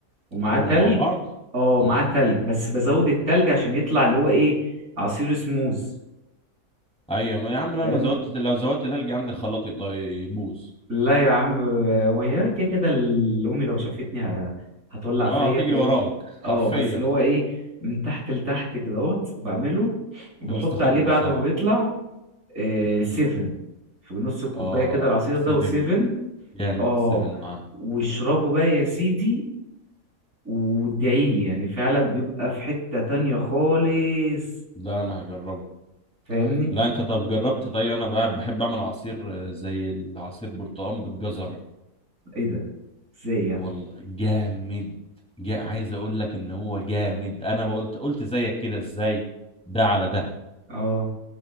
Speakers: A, on the right; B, in the centre.
A: ومعاه
B: اضربهم
A: تلج
B: مع بعض
A: اه
B: امم
A: معاه تلج بس بزود التلج عشان يطلع اللي هو ايه عصير سموز
B: ايوه ما يا عم لا
A: فاهمني
B: انا زودت لو زودت تلج عندي الخلاط يطلع يبوظ
A: لا يا عم وهي كده كده ال- امي لو شافتني ه- هتولع
B: اه
A: فيا
B: هتجري
A: فاهمني
B: وراك
A: اه
B: حرفيا
A: بس اللي هو ايه من تحت لتحت كدهوت بعمله وبحط
B: في الاستخبص
A: عليه بعد
B: اه
A: ما بيطلع آه
B: امم
A: سيفن في نص الكوبايه
B: اه
A: كده العصير
B: سيفن
A: ده وسيفن
B: جامد
A: اه
B: السيفن معاه
A: واشربه بقى يا سيدي وادعيلي يعني فعلا بيبقى في حته تانية خالص
B: ده انا هجربه
A: فاهمني
B: لا انت طب جربت طيب انا بحب بحب اعمل عصير آه، زي العصير برتقال بالجزر
A: ايه ده ازاي يعني
B: والله جامد جا عايز اقول لك ان هو جامد انا بقولت قلت زيك كده ازاي ده على ده
A: اه